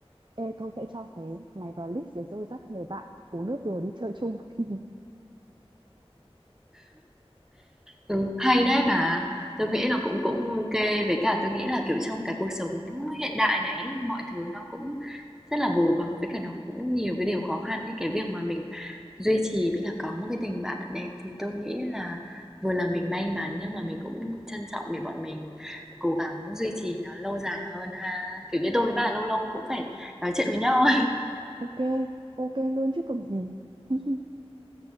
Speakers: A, on the right; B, in the centre.
A: Ê, tôi sẽ cho cái này vào list để tôi dắt người bạn uống nước rồi đi chơi chung. <laughs>
B: Ừ, hay đấy mà. tôi nghĩ là cũng cũng OK, với cả tôi nghĩ là, kiểu, trong cái cuộc sống hiện đại này ấy, mọi thứ nó cũng rất là vồ vập, với cả nó cũng nhiều cái điều khó khăn ấy. Cái việc mà mình duy trì với cả có một cái tình bạn đẹp thì tôi nghĩ là vừa là mình may mắn nhưng mà mình cũng trân trọng để bọn mình cố gắng duy trì nó lâu dài hơn ha. Kiểu như tôi với
A: Ừ.
B: bà lâu lâu cũng phải nói chuyện với nhau
A: Ok, ok luôn chứ còn gì. <laughs>